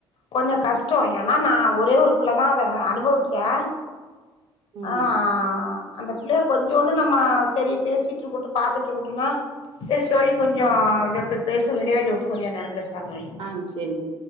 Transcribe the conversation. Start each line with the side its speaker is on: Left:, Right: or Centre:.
Left: கொஞ்சோ கஷ்டோ ஏனா நா ஒரே ஒரு புள்ளதா அத அனுபவிச்சே
Right: ம்.
Left: ஆ ஆ அந்த புள்ளைய கொஞ்சோண் டு நம்ம செரி பேசிட்ருக்குட்டோ பாத்துட்ருக்குட்டோன்னா செரி தோழி கொஞ்சோ இதோ இப்ப பேஸ்வோ இடைவெளி விட்டு கொஞ்சோ நேரோ பேசலா தோழி
Right: ஆ செரிங்க